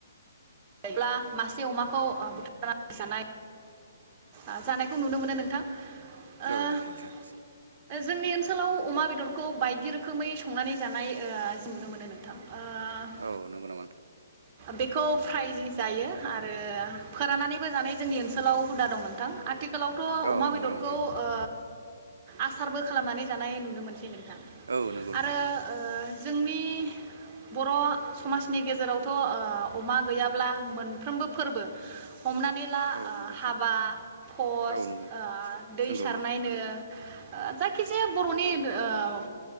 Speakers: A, on the right; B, on the right.
A: अब्ला मासे अमाखौ ओ बुथारनानै जानाय आ जानायखौ नुनो मोनो नोंथां। ओ
B: औ नंगौ नोंथां
A: जोंनि ओनसोलाव अमा बेदर खौ बायदि रोखोमै संनानै जानाय ओ जों नुनो मोनो नोंथां। ओ
B: औ नंगौ नामा नोंथां
A: बेखौ फ्राय जों जायो आरो फोराननानैबो जानाय जोंनि ओनसो गोलाव हुदा दं नोंथां आथि खालावथ'
B: औ
A: अमा
B: नंगौ
A: बेदरखौ
B: नामा नोंथां
A: ओ आसारबो खालामनानै जानाय नुनो मोनसै नों थां
B: औ नंगौ नोंथां
A: आरो ओ जोंनि बर' समाजनि गेजेरावथ' ओ अमा गैयाब्ला मोनफ्रोमबो फोरबो हमनानै ला
B: औ
A: ओ
B: नंगौ नोंथां
A: हाबा भस
B: औ नंगौ
A: ओ दै
B: नंगौ
A: सारनायनो
B: नंगौ
A: ओ जायखिजाया बर'नि ओ